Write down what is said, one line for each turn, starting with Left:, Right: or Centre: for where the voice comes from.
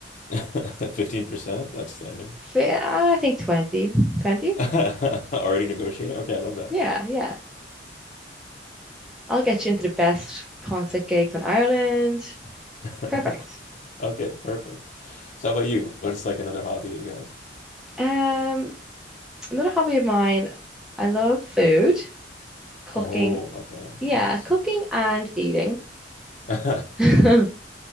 Left: <laughs> 15%, that's standard.
Centre: Fi- I think 20. 20?
Left: <laughs> Already negotiating? Okay, I love that.
Centre: Yeah, yeah. I'll get you into the best concert gigs in Ireland.
Left: <laughs>
Centre: Perfect.
Left: Okay, perfect. So how about you? What is like another hobby that you have?
Centre: Um, another hobby of mine, I love food, cooking.
Left: Oh, okay.
Centre: Yeah,
Left: Nice.
Centre: cooking and eating.
Left: <laughs> At
Centre: <laughs>